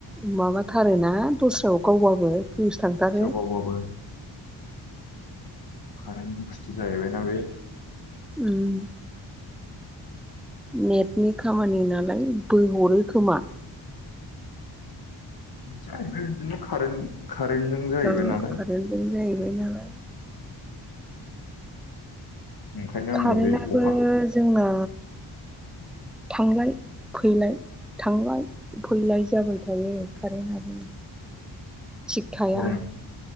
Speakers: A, in the centre; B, on the left.
A: माबाथारोना दस्रायाव गावबाबो पिउस थांथारो।
B: गावबाबो कारेन्टनि बुस्थु जाहैबायना बे।
A: उम नेटनि खामानि नालाय बोहरो खोमा।
B: जाहैबाय बिदिनो कारेन्ट कारेन्टजों जाहैबाय
A: ओ
B: नालाय
A: कारेन्टजों जाहैबाय नालाय
B: ओंखायनो
A: कारेन्टनाबो
B: आंबो बे अखा
A: जोंना थांलाय फैलाय थांलाय फैलाय जाबाय थायो कारेन्टआबो थिग थाया
B: गरम